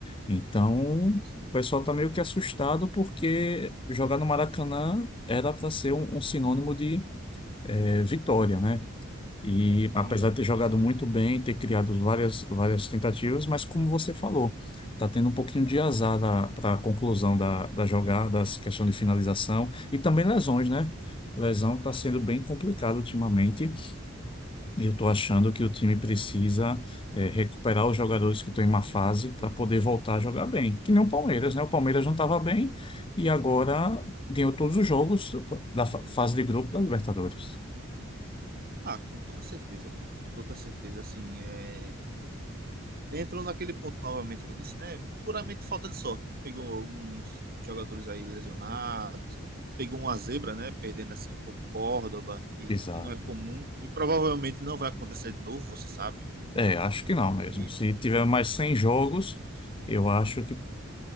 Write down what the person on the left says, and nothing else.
Então,
o pessoal está meio que assustado, porque jogar no Maracanã era para ser um, um sinônimo de eh, vitória, né? E
apesar de ter jogado
muito bem, ter criado várias, várias tentativas, mas como você falou, está tendo um pouquinho de azar para a conclusão da, da jogada, as questão de finalização e também lesões, né? Lesão está sendo bem complicado ultimamente e eu estou achando que o time precisa eh, recuperar os jogadores que estão em má fase para poder voltar a jogar bem. Que nem o Palmeiras, né? O Palmeiras não estava bem e agora ganhou todos os jogos da fa- fase de grupo da Libertadores.
Exato.
É, acho que não mesmo.
Se tiver mais 100 jogos, eu acho que